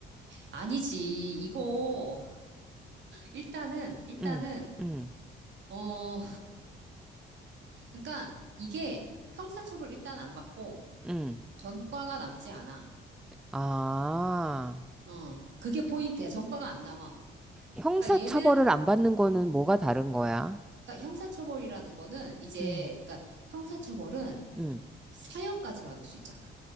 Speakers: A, on the right (about 65°); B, in the centre.
A: 아니지. 이거, 일단은, 일단은,
B: 응, 응,
A: 어, 그러니까 이게 형사처벌 일단 안 받고
B: 응.
A: 전과가 남지 않아.
B: 아,
A: 어, 그게 포인트야. 전과가 안 남아.
B: 형사처벌을
A: 그러니까 얘는,
B: 안 받는 거는 뭐가 다른 거야?
A: 그러니까 형사처벌이라는 거는 이제,
B: 응,
A: 그러니까 형사처벌은
B: 응,
A: 사형까지 받을 수 있잖아.